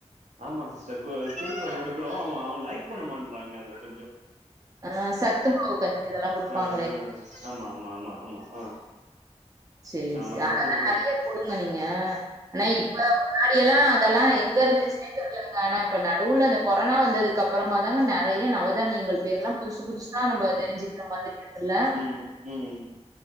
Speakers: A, on the right (about 85°); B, on the right (about 30°).
A: ஆமா சிஸ்டர் கொ குடுக்குறோ குடுக்குறோ அவ அவ லைக் பண்ண மாட்டறாங்க அதுல கொஞ்சோ
B: ஆ சத்துமாவு கஞ்சி இதெல்லா குடுப்பாங்ளே
A: ஆ ஆமா ஆமா ஆமா ஆமா ஆ
B: சேரி
A: ஆமா
B: சேரி
A: செர்
B: அதெல்லா
A: குடுக்குறோ
B: நெறைய
A: கு
B: குடுங்க நீங்க ஆனா இப்ப முன்னாடி எல்லா அதெல்லா எங்க இருந்துச்சின்னே தெர்லங்க ஆனா இப்ப நடுவுல அந்த கொரோனா வந்ததுக்கு அப்றமா தாங்க ந நெறைய நவதானியங்கள் பேர்லா புதுசு புதுசா நம்ம தெரிஞ்சிக்கிற மாதிரி இருக்குல்ல
A: ம் ம்